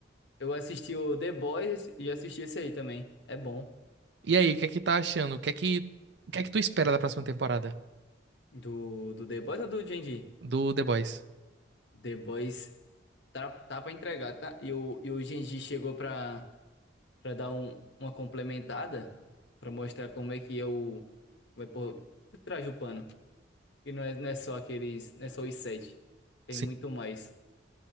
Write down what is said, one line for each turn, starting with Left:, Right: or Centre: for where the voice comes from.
Left: Eu assisti o The Boys e assisti esse aí também. É bom.
Right: E aí, o que é que tá achando? O que é que, o que é que tu espera da próxima temporada
Left: Do, do The Boys ou do Genji?
Right: do The Boys?
Left: The Boys tá, tá pra entregar, tá? E o, e o Genji chegou pra, pra dar um- uma complementada, pra mostrar como é que eu. Como é por, por trás do pano. Que não é, não é só aqueles. Não é só os sete. Tem
Right: Sim.
Left: muito mais.